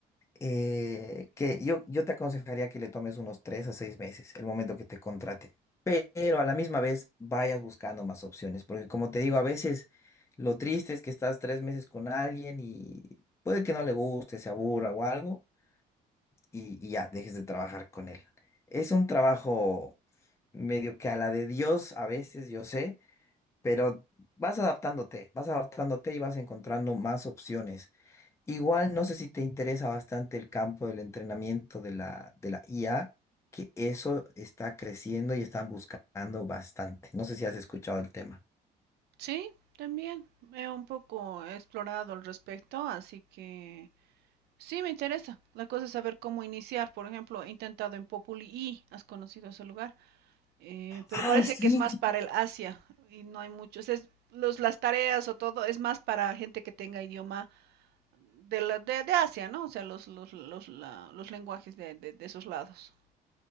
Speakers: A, on the left; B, on the right.
A: eh, que yo, yo te aconsejaría que le tomes unos tres a seis meses, el momento que te contraten. Pero a la misma vez vayas buscando más opciones, porque como te digo, a veces lo triste es que estás tres meses con alguien y puede que no le guste, se aburra o algo, y, y ya dejes de trabajar con él. Es un trabajo medio que a la de Dios a veces, yo sé, pero vas adaptándote, vas adaptándote y vas encontrando más opciones. Igual no sé si te interesa bastante el campo del entrenamiento de la, de la IA, que eso está creciendo y están buscando bastante. No sé si has escuchado el tema.
B: Sí, también he un poco explorado al respecto, así que sí me interesa. La cosa es saber cómo iniciar. Por ejemplo, he intentado en Populi y has conocido ese lugar. Eh, pero
A: Ay,
B: parece
A: sí,
B: que es más
A: sí.
B: para el Asia y no hay muchos. Es, los, las tareas o todo es más para gente que tenga idioma de, la, de, de Asia, ¿no? O sea, los, los, los, la- los lenguajes de, de- de esos lados.